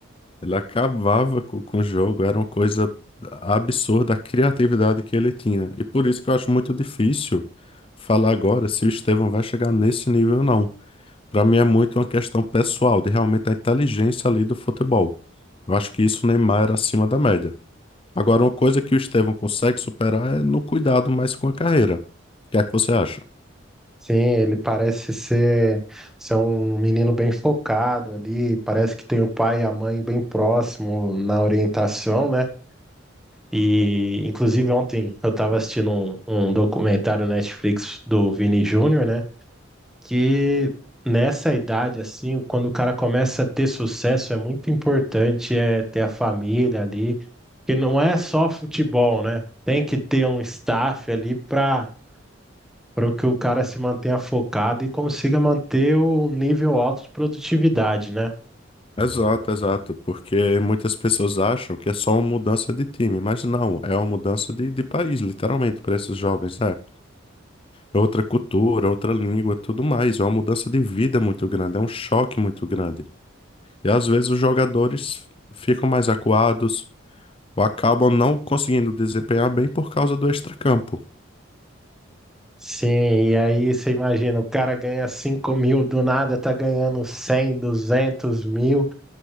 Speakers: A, on the left; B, in the centre.
A: Ele acabava co- com, o jogo, era uma coisa absurda a criatividade que ele tinha. E por isso que eu acho muito difícil falar agora se o Estevão vai chegar nesse nível ou não. Para mim é muito uma questão pessoal, de realmente a inteligência ali do futebol. Eu acho que isso o Neymar era acima da média. Agora, uma coisa que o Estevão consegue superar é no cuidado mais com a carreira. O que é que você acha?
B: Sim, ele parece ser, ser um menino bem focado ali, parece que tem o pai e a mãe bem próximo na orientação, né? E, inclusive, ontem eu estava assistindo um, um documentário Netflix do Vini Júnior, né? Que nessa idade, assim, quando o cara começa a ter sucesso, é muito importante é ter a família ali, que não é só futebol, né? Tem que ter um staff ali para para que o cara se mantenha focado e consiga manter o nível alto de produtividade, né?
A: Exato, exato, porque muitas pessoas acham que é só uma mudança de time, mas não, é uma mudança de, de país, literalmente, para esses jovens, né? É outra cultura, outra língua, tudo mais, é uma mudança de vida muito grande, é um choque muito grande. E às vezes os jogadores ficam mais acuados ou acabam não conseguindo desempenhar bem por causa do extracampo.
B: Sim, e aí você imagina, o cara ganha 5 mil, do nada tá ganhando 100, 200 mil,